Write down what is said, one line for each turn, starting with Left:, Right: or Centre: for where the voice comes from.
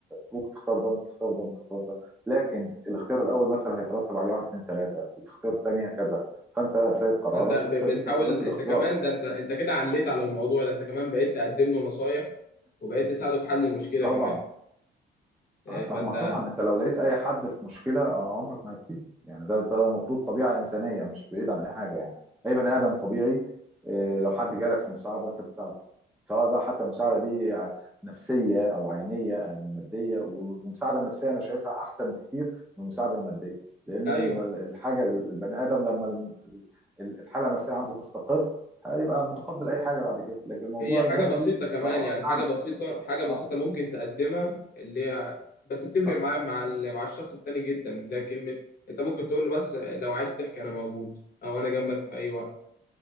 Centre: ممكن تختار ده ممكن تختار ده ممكن تختار ده لكن الاختيار الاول مثلا هيترتب عليه واحد اتنين تلاته والاختيار التاني هكذا فانت سيد قرارك
Left: فانت
Centre: وانت
Left: ب- بتحاول
Centre: ليك حريه
Left: انت
Centre: الاختيار
Left: كمان ده انت انت كده عليت على الموضوع ده انت كمان بقيت تقدم له نصايح وبقيت تساعده في حل المشكله
Centre: طبعا
Left: كمان آه،
Centre: اه طب
Left: فانت
Centre: ما طبعا انت لو لقيت اي حد في مشكله آه، عمرك ما هتسيبه يعني ده ده المفروض طبيعه انسانيه مش بعيد عن اي حاجه يعني اي بني
Left: آه،
Centre: ادم طبيعي آه، لو حد جالك في مساعده انت بتساعده سواء بقى حتى المساعده دي ع- نفسيه او عينيه او ماديه والمساعده النفسيه انا شايفها احسن بكتير من المساعده الماديه لان
Left: ايوه
Centre: ال- الحاجه البني ادم لما الم- ال- الحاله النفسيه عنده تستقر هيبقى متقبل اي حاجه بعد كده لكن الموضوع
Left: هي حاجة
Centre: المادي
Left: بسيطة كمان
Centre: اه
Left: يعني
Centre: اه
Left: حاجة
Centre: نعم
Left: بسيطة حاجة بسيطة
Centre: اه
Left: ممكن تقدمها اللي هي بس بتفرق
Centre: اه
Left: معاه مع ال- مع الشخص التاني جدا اللي هي كلمة انت ممكن تقول له بس لو عايز تحكي انا موجود او انا جنبك في اي وقت